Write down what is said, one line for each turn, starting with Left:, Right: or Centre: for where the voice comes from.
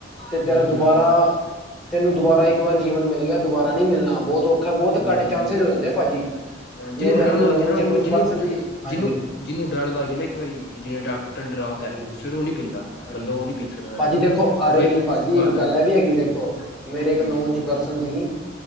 Centre: ਤੇ ਤਰਾ
Left: ਹੂੰ
Centre: ਦੁਬਾਰਾ ਤੈਨੂੰ ਦੁਬਾਰਾ ਇੱਕ ਵਾਰ ਜੀਵਨ ਮਿਲ ਗਿਆ ਦੁਬਾਰਾ ਨੀ ਮਿਲਣਾ ਬਹੁਤ ਔਖਾ ਬਹੁਤ
Left: ਹੂੰ
Centre: ਘੱਟ ਚਾਂਸਸ ਹੋ ਜਾਂਦੇ ਆ ਭਾਜੀ
Left: ਜਿਹਨੂੰ
Centre: ਮੇਰੇ
Left: ਡਰ
Centre: ਆਪਣਾ
Left: ਲੱਗ
Centre: ਨੋਨ
Left: ਜਾ ਨਾ
Centre: ਚ
Left: ਉਹਨੂੰ
Centre: ਕੁਝ
Left: ਜਿਹਨੂੰ
Centre: ਪਰਸਨ ਦੀ
Left: ਜਿਹਨੂੰ
Centre: ਹਾਂਜੀ
Left: ਜਿਹਨੂੰ ਡਰ ਲੱਗ ਜਾ ਨਾ ਇੱਕ ਵਾਰੀ ਜਿਹਨ ਡਾਕਟਰ ਡਰਾਤਾ
Centre: ਹਾਂਜੀ
Left: ਹੈ ਫਿਰ ਉਹ ਨੀ ਪੀਂਦਾ
Centre: ਹਾਂਜੀ
Left: ਬੰਦਾ ਉਹ ਨੀ ਪੀਂ ਸਕਦਾ।
Centre: ਭਾਜੀ ਦੇਖੋ ਅਰੇ
Left: ਵੇ
Centre: ਨਹੀਂ ਭਾਜੀ
Left: ਘਰ
Centre: ਇੱਕ
Left: ਦਾ
Centre: ਗੱਲ
Left: ਦ
Centre: ਇਹ ਵੀ ਹੈਗੀ ਦੇਖੋ ਮੇਰੇ ਇੱਕ
Left: ਹਾਂਜੀ
Centre: ਨੌੰਚ ਪਰਸਨ ਸੀ